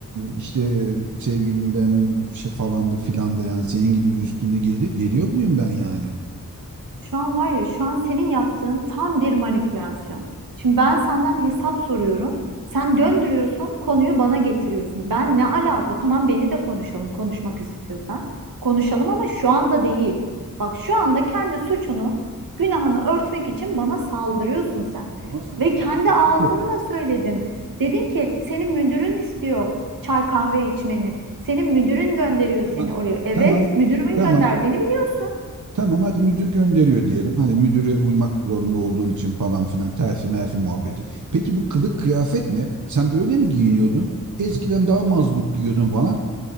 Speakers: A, on the right; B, on the right.
A: işte e, sevgilim beni şey falandı filandı yani senin gibi bir üstüne gel- geliyor muyum ben yani?
B: Şu an var ya, şu an senin yaptığın tam bir manipülasyon. Şimdi ben senden hesap soruyorum. Sen döndürüyorsun, konuyu bana getiriyorsun. Ben ne alaka? Tamam beni de konuşalım, konuşmak istiyorsan. Konuşalım ama şu anda değil. Bak şu anda kendi suçunu, günahını örtmek için bana saldırıyorsun sen.
A: Ama sen
B: Ve
A: şimdi
B: kendi
A: diyorsun
B: ağzınla
A: ki
B: söyledin. Dedin ki senin müdürün istiyor çay kahve içmeni. Senin müdürün gönderiyor
A: tamam
B: seni oraya. Evet,
A: tamam
B: müdürümün
A: tamam
B: gönderdiğini biliyorsun.
A: Tamam hadi müdür gönderiyor diyelim. Hani müdüre uymak zorunda olduğun için falan filan terfi merfi muhabbeti. Peki bu kılık kıyafet ne? Sen böyle mi giyiniyordun? Eskiden daha mazbut giyiyordun falan.